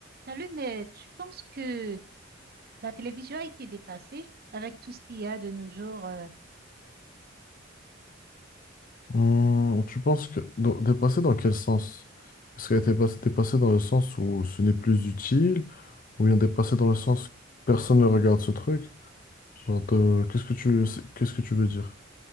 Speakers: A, on the right; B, on the left.
A: Salut, mais tu penses que la télévision a été dépassée avec tout ce qu'il y a de nos jours? euh,
B: Hum, tu penses que dans- dépassé dans quel sens? Est-ce qu'elle était passée dépassée dans le sens où ce n'est plus utile, ou bien dépassée dans le sens que personne ne regarde ce truc? Genre, de- qu'est-ce que tu c'est- qu'est-ce que tu veux dire?